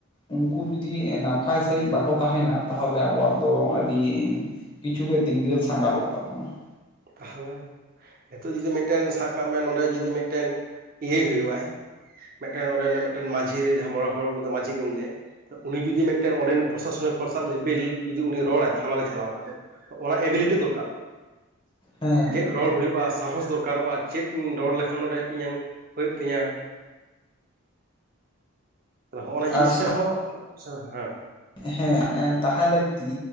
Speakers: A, on the left (about 25°); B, on the right (about 45°).
A: ᱩᱱᱠᱩ ᱡᱩᱫᱤ ᱱᱟᱯᱟᱭ ᱥᱟᱺᱦᱤᱡ ᱵᱟᱠᱚ ᱛᱟᱦᱮᱱᱟ ᱛᱟᱦᱞᱮ ᱟᱵᱚᱣᱟᱜ ᱫᱚ ᱟᱹᱰᱤ ᱠᱤᱪᱷᱩ ᱜᱮ ᱫᱤᱸᱜᱟᱹᱞ ᱥᱟᱸᱜᱟᱞᱚᱜ ᱛᱟᱵᱚᱱᱟ ᱾
B: ᱛᱟᱦᱚᱞᱮ ᱱᱤᱛᱚᱜ ᱡᱩᱫᱤ ᱢᱤᱫᱴᱮᱱ ᱥᱟᱵ ᱠᱟᱜ ᱢᱮ ᱱᱚᱰᱮ ᱡᱩᱫᱤ ᱢᱤᱫᱴᱮᱱ ᱤᱭᱟᱹᱭ ᱦᱩᱭᱩᱜ ᱟᱭ ᱢᱤᱫᱴᱮᱱ ᱚᱱᱰᱮᱱᱟᱜ ᱢᱤᱫᱴᱮᱱ ᱢᱟᱟᱹᱡᱷᱤ ᱡᱟᱦᱟᱸ ᱢᱚᱬᱮ ᱦᱚᱲ, ᱢᱟᱟᱹᱡᱷᱤ ᱜᱮᱢ ᱞᱟᱹᱭᱟ ᱾ ᱩᱱᱤ ᱡᱩᱫᱤ ᱢᱤᱫᱴᱮᱱ ᱚᱸᱰᱮᱱ ᱯᱨᱚᱥᱟᱥᱚᱱᱤᱠ ᱦᱚᱲ ᱥᱟᱶᱟᱜ ᱞᱮᱵᱮᱞ ᱡᱩᱫᱤ ᱩᱱᱤ ᱨᱚᱲᱟᱭ ᱛᱷᱟᱱᱟ ᱨᱮ ᱪᱟᱞᱟᱣ ᱠᱟᱛᱮᱫ ᱾ ᱚ ᱚᱱᱟ ᱮᱵᱤᱞᱤᱴᱤ ᱫᱚᱨᱠᱟᱨᱚᱜ-ᱟ ᱾
A: ᱦᱮᱸ
B: ᱪᱮᱫ ᱨᱚᱲ ᱦᱩᱭᱩᱜᱼᱟ ᱥᱟᱦᱚᱥ ᱫᱚᱨᱠᱟᱨᱚᱜᱼᱟ ᱪᱮᱫ ᱤᱧ ᱨᱚᱲ ᱞᱮᱠᱷᱟᱱ ᱱᱚᱸᱰᱮ ᱤᱧᱟᱹᱜ ᱦᱩᱭᱩᱜ ᱛᱤᱧᱟᱹ ᱾ ᱦᱚᱸᱜᱼ ᱚᱱᱟ
A: ᱟᱨ
B: ᱡᱤᱱᱤᱥᱴᱟ ᱦᱚᱸ <unintelligible>
A: ᱦᱮᱸ ᱛᱟᱦᱮᱸ ᱞᱟᱹᱠᱛᱤ,